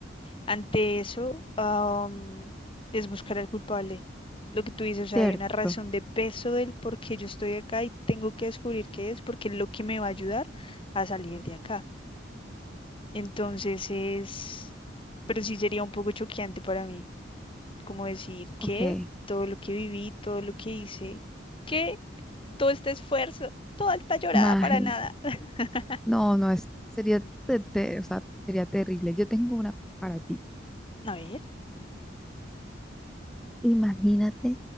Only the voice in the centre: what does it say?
¿cierto?
Ok,
imagina.
No, no, es, sería, te- te- o sea, sería terrible. Yo tengo una para ti.
Imagínate